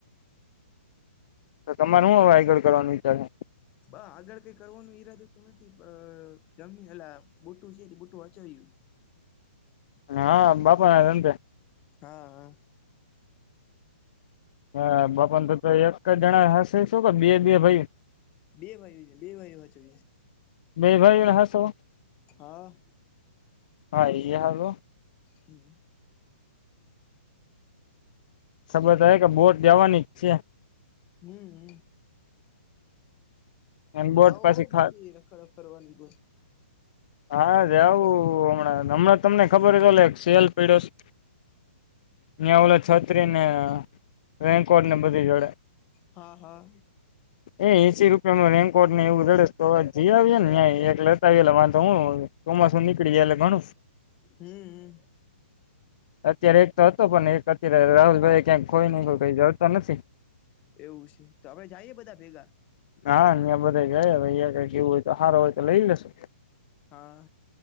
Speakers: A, on the left; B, on the left.
A: તો તમારે શું હવે આગળ કરવાનું વિચાર હ.
B: બ આગળ કઈ કરવાનું ઈરાદો તો નથી પ જમી એલા બુટું છે બુટું હચાવ્યું
A: હા બાપા રાંધે
B: હા હા
A: હા બાપન તો તો એક જણા હશે શું કે બે બે ભાઈ
B: બે વાઈ છે બે વાઈ વાચ છે
A: બેભાઈ રહ હ શો
B: હા
A: હા એ હાલું
B: હમ્મ
A: શબત હ કે બોટ દેવાની જ છે.
B: હમ્મ હમ્મ
A: અને બોટ
B: આવો
A: પાછી
B: બાકી
A: ખા
B: રખડખ ફરવાની બ.
A: હા જ આવું હમણાં હમણાં તમને ખબરલે સેલ પડ્યો સે. ન્યાવલ છત્રીને રેન્કોડને બધી જોડે
B: હા હા
A: એ એસી રુ રેનકોટની એવું જી આવએ ને એક લેતા તો હું તો માસું નીકળી જ આલે ઘનું
B: હમ્મ હમ્મ
A: અત્યારે એક તો હતો પણ એક અત્યારે રાહુલભાઈ ક્યાંક કોઈ ન કો કઈ જતો નથી
B: એવું છે તો આપડે જઈએ બધા ભેગા
A: હા અં બધા ગયાયા કઈ કે એવું હોય તો સારો હોય તો લઈ લેશો
B: હા